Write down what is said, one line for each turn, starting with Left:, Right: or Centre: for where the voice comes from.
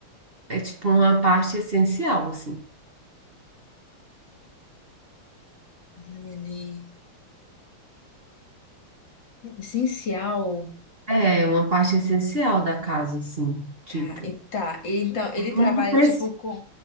Right: é tipo uma parte essencial, assim.
Left: ele. Essencial.
Right: É uma parte essencial da casa, assim. Tipo,
Left: Tá. e- Tá. e Então ele
Right: todo
Left: trabalha,
Right: mundo precisa.
Left: tipo, com,